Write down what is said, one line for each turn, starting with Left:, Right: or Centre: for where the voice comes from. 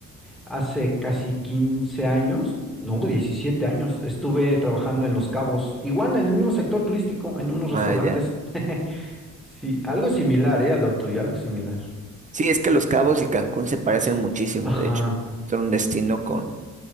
Centre: hace casi 15 años, no, 17 años, estuve trabajando en Los Cabos, igual en el mismo sector turístico, en unos restaurantes.
Right: Ah, ya.
Centre: <laughs> Sí, algo similar, eh, a lo tuyo, algo similar.
Right: Sí, es que Los Cabos y Cancún se parecen
Centre: Es-
Right: muchísimo,
Centre: Ajá.
Right: de hecho. Son un destino con,